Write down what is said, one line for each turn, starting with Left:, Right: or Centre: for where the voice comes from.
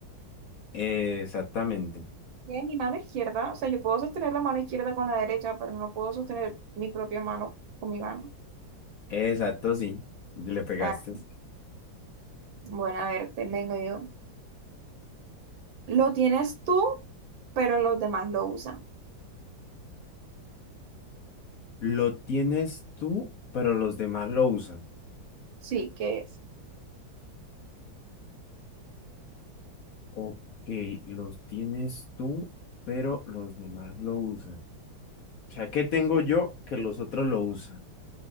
Left: Eh, exactamente.
Right: Y en mi mano izquierda. O sea, yo puedo sostener la mano izquierda con la derecha, pero no puedo sostener mi propia mano con mi mano.
Left: Exacto, sí. Le pegaste.
Right: Ah, bueno, a ver, te vengo yo. Lo tienes tú, pero los demás lo usan.
Left: Lo tienes tú, pero los demás lo usan.
Right: Sí, ¿qué es?
Left: Ok, los tienes tú, pero los demás lo usan. O sea, ¿qué tengo yo que los otros lo usan?